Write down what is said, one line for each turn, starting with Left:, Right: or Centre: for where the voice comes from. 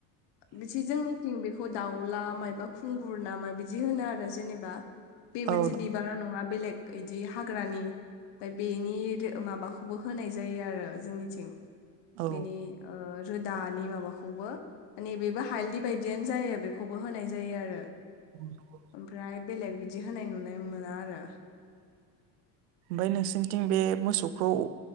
Left: मोनसे जोंनि ज बेखौ दाउला मायबा खुंगुर नामा बिदि होनो आरो जेनेबा बे
Right: औ
Left: मोनसे -बारा नङा बेलेग इदि हाग्रानि बेनि माबाखौबो होनाय जायो आरो जोंनिथिं
Right: औ
Left: बेनि ओ रोदानि माबाखौबो माने बेबो हालदि बायदियानो जायो बेखौबो होनाय जायो आरो।
Right: <inaudible>
Left: ओमफ्राय बेलेग बिदि होनाय नुनाय मोना आरो।
Right: ओमफ्राय नोंसोरनिथिं बे मोसौखौ